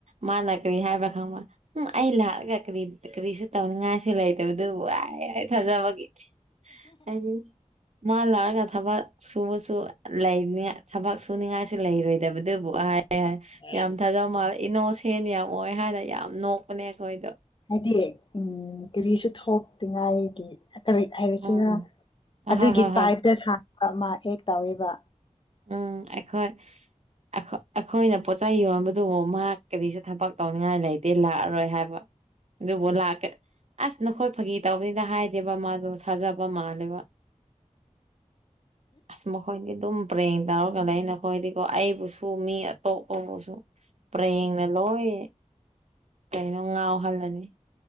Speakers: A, on the right (about 60°); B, on the left (about 40°).
A: ꯃꯥꯅ ꯀꯔꯤ ꯍꯥꯏꯕ꯭ꯔꯥ ꯈꯪꯕ ꯎꯝ ꯑꯩ ꯂꯥꯛꯑꯒ ꯀꯔꯤ ꯀꯔꯤꯁꯨ ꯇꯧꯅꯤꯡꯉꯥꯏꯁꯨ ꯂꯩꯇꯕꯗꯨꯕꯨ ꯍꯥꯏ ꯊꯥꯖꯕꯒꯤ ꯍꯥꯏꯗꯤ ꯃꯥ ꯂꯛꯑꯥꯒꯥ ꯊꯕꯛ ꯁꯨꯕꯁꯨ ꯂꯩ ꯊꯕꯛ ꯁꯨꯅꯤꯡꯉꯥꯏꯁꯨ ꯂꯩꯔꯣꯏꯗꯕꯗꯨꯕꯨ ꯑꯦꯍ
B: ꯑꯦ
A: ꯌꯥꯝ ꯊꯥꯖꯕ ꯃꯥꯜꯂꯦ ꯏꯅꯧ ꯁꯦꯟ ꯌꯥꯝ ꯑꯣꯏ ꯍꯥꯏꯅ ꯌꯥꯝ ꯅꯣꯛꯄꯅꯦ ꯑꯩꯈꯣꯏꯗꯣ
B: ꯍꯥꯏꯗꯤ ꯎꯝ ꯀꯔꯤꯁꯨ ꯊꯣꯛꯇꯤꯉꯥꯏꯒꯤ ꯀꯔꯤ ꯍꯥꯏꯔꯁꯤꯔ
A: ꯎꯝ ꯎꯝ ꯑꯍꯣꯏ
B: ꯑꯗꯨꯒꯤ
A: ꯍꯣꯏ ꯍꯣꯏ
B: ꯇꯥꯏꯞꯇ ꯁꯕ ꯑꯃ ꯑꯥꯛ ꯇꯧꯋꯦꯕ
A: ꯎꯝ ꯑꯩꯈꯣꯏ ꯑꯩꯈꯣ ꯑꯩꯈꯣꯏꯅ ꯄꯣꯠꯆꯩ ꯌꯣꯟꯕꯗꯨꯕꯨ ꯃꯥ ꯀꯔꯤꯁꯨ ꯊꯕꯛ ꯇꯧꯅꯤꯡꯉꯥꯏ ꯂꯩꯇꯦ ꯂꯥꯛꯑꯔꯣꯏ ꯍꯥꯏꯕ ꯑꯗꯨꯕꯨ ꯂꯥꯛꯀꯦ ꯑꯁ ꯅꯈꯣꯏ ꯐꯥꯒꯤ ꯇꯧꯕꯅꯤꯗ ꯍꯥꯏꯗꯦꯕ ꯃꯥꯗꯣ ꯊꯥꯖꯕ ꯃꯥꯜꯂꯦꯕ꯫ ꯑꯁ ꯃꯈꯣꯏꯗꯤ ꯑꯗꯨꯝ ꯄꯔꯦꯡ ꯇꯧꯔꯒ ꯂꯩ ꯅꯈꯣꯏꯗꯤꯀꯣ ꯑꯩꯕꯨꯁꯨ ꯃꯤ ꯑꯇꯣꯞꯄꯕꯨꯁꯨ ꯄꯔꯦꯡꯅ ꯂꯣꯏ ꯀꯩꯅꯣ ꯉꯥꯎꯍꯜꯂꯅꯤ꯫